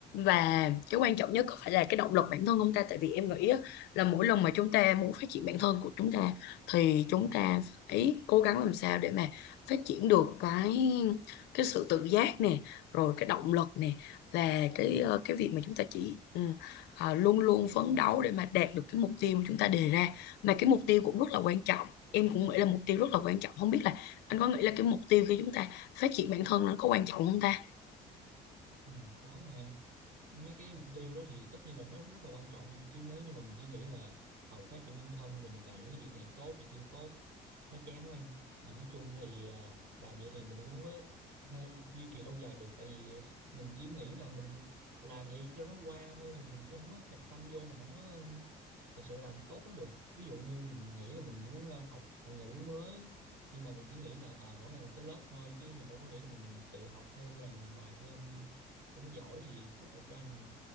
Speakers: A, on the left (about 80°); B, on the right (about 55°).
A: và cái quan trọng nhất có phải là cái động lực bản thân không ta tại vì em nghĩ á, là mỗi lần mà chúng ta muốn phát triển bản thân của chúng ta thì chúng ta phải cố gắng làm sao để mà phát triển được cái cái sự tự giác nè rồi cái động lực nè và cái
B: ừ
A: ờ, cái việc mà chúng ta chỉ ừ, ờ, luôn luôn phấn đấu để mà đạt được cái mục tiêu mà chúng ta đề ra mà cái mục tiêu cũng rất là quan trọng em cũng nghĩ là mục tiêu rất là quan trọng không biết là anh có nghĩ là cái mục tiêu khi chúng ta phát triển bản thân nó có quan trọng không ta
B: ừ đó nè mấy cái mục tiêu đó thì tất nhiên là nó rất là quan trọng em. chứ nếu như mà mình chỉ nghĩ là ờ phát triển bản thân rồi mình làm những cái việc này tốt thì kia tốt nó chán quá em mà nói chung là thì, ờ, làm vậy thì mình cũng không có ờ, duy trì lâu dài được tại vì mình chỉ nghĩ là mình làm vậy cho nó qua thôi thì mình cũng không có nhập tâm vô mình không có thực sự làm tốt nó được ví dụ như mình nghĩ là mình muốn ờ, học ngôn ngữ mới nhưng mà mình chỉ nghĩ là à, mỗi ngày mình tới lớp thôi chứ mình đâu có nghĩ là mình tự học thêm hay là mình làm bài thêm cho nó giỏi thì rốt cuộc ra thì mình